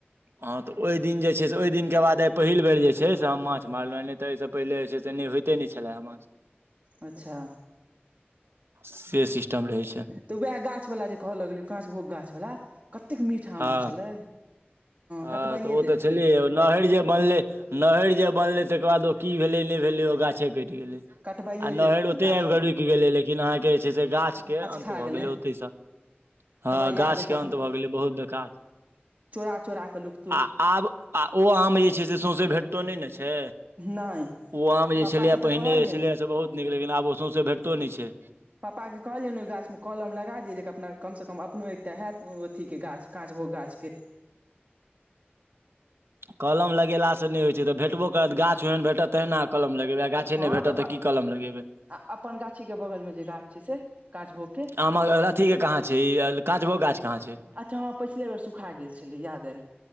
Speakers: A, on the right; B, on the right.
A: हँ तऽ ओहि दिन जे छै से ओहि दिन के बाद आइ पहिल बेर जे छै से हम माछ मारलहु ह नहि तऽ एहिसँ पहिले जे छै से तने होइते नहि छलै माछ
B: अच्छा
A: से सिस्टम रहै छै
B: तऽ वएह गाछ वलाा जे कहऽ लगलियै काँचभोग गाछ वला कतेक मीठ आम
A: हँ
B: होइ छलै
A: हँ
B: कटबाइए
A: त ओत
B: देलखिन
A: छलियै नहर जे बनले नहर जे बनलै तकर बाद ओ की भेलै नहि भेलै ओ गाछे कटि गेलै
B: कटबाइए
A: आ नहैर
B: देलखिन
A: ओते
B: ओ गाछके
A: आबि क रुकि गेलै लेकिन अहाँके जे छै से गाछ के अन्त
B: खा
A: भ
B: गेलनि
A: गेलै ओतहि सँ हँ
B: हमरा याद
A: गाछ
B: अछि
A: के अन्त भ गेलै बहुत बेकार
B: क चोरा के लुक
A: आ आब आ ओ आम जे छै से सोसे भेटतो नहि न छै
B: नहि
A: ओ आम जे
B: पप्पाके
A: छलैए
B: तऽ
A: पहिने
B: कहलियनि
A: छलै से बहुते नीक लेकिन आब ओ सौंसे भेटतो नहि छै
B: पापाके कहलियनि ने ओहि गाछमे कलम लगा दियै जे अपना कमसँ कम अपनो एकटा हैत ओ अथीके गाछ काँचभोगा गाछके
A: कलम लगेलासँ नहि होइ छै तऽ भेटबो ओकर गाछ ओहन भेटत तहन अहाँ कलम लगेबै गाछै
B: हँ
A: न भेटत
B: तऽ
A: त की कलम लगेबै
B: अपन गाछी के बगल में जे गाछ छै से काँचभोगके
A: आमक अथी के कहाँ छै ई काँचभोग गाछ कहाँ छै
B: अच्छा हँ पछिले बेर सुखा गेल छलै याद आयल